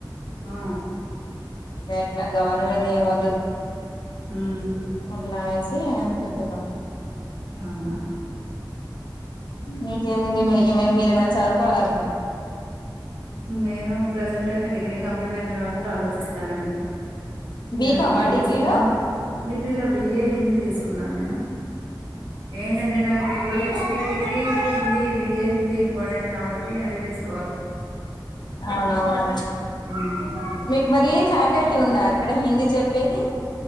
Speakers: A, on the right (about 80°); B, on the left (about 70°).
A: ఆ
B: ఎట్లా గవర్నమెంట్ ఏమద్దు
A: ఉహు
B: అట్లానే అనుకుంటన్నాం
A: అవునా
B: మీకేముంది మీరిక ఏమ మీరేమైనా చదువుకోవాలం
A: నేను ప్రజెంట్ అయితే డిగ్రీ కంప్లీట్ అయిన తర్వాత ఆలోచిస్తానండి
B: బీకామా
A: ఇమనా టీచింగ్
B: డిగ్రీలో
A: డిగ్రీలో బిఏ హిందీ తీసుకున్నాను నేను ఏంటంటే నాకు ఇప్పుడు హెచ్పిటి కి హిందీ బిఏ హిందీ ఇంపార్టెంట్ కాబట్టి అదే తీసుకు
B: అవునవును
A: ఉమ్,
B: మీకు మరి ఫ్యాకల్టీ ఉందా అక్కడ హింద అంది చెప్పేది